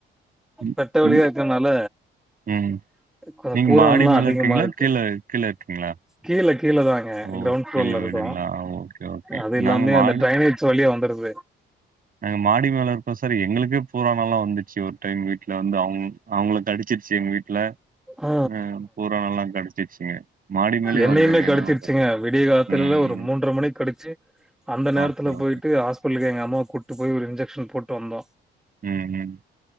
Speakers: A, on the right; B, in the centre.
A: இல்-
B: வெட்ட வெளியா
A: இல்-
B: இருக்கனால
A: ம்
B: கொஞ்சம்
A: நீங்க
B: பூரான்லாம்
A: மாடி மேல
B: அதிகமா
A: இருக்கீங்களா
B: இருக்கு.
A: கீழ கீழ இருக்கீங்களா
B: கீழ கீழ தாங்க
A: ஓ!
B: கிரௌண்ட் ஃப்ளோர்ல
A: கீழ வீடுங்களா?
B: இருக்கோ
A: Okay, okay.
B: அது இல்லாமே
A: நாங்க மாடி
B: அந்த ட்ரைனேஜ் வழியா வந்துருது
A: நாங்க மாடி மேல இருப்போ சார் எங்களுக்கே பூரானெல்லா வந்துச்சு ஒரு டைம் வீட்ல வந்து அவுங் அவுங்கள கடிச்சிருச்சு எங்க வீட்ல
B: ஆ
A: ஆ பூரானெல்லா கடிச்சிருச்சுங்க மாடி மேலயே
B: என்னயுமே
A: வருதுங்க
B: கடிச்சிருச்சுங்க
A: என்ன பண்றது?
B: விடிய காத்தால்ல
A: ம்,
B: ஒரு
A: ம்.
B: மூன்ற மணிக் கடிச்சு அந்த நேரத்துல
A: ஓகே, ஓகே.
B: போய்ட்டு ஆஸ்பிட்டலுக்கு எங்கம்மா கூப்ட்டு போய் ஒரு இன்ஜெக்ஷன் போட்டு வந்தோ
A: ம் ம்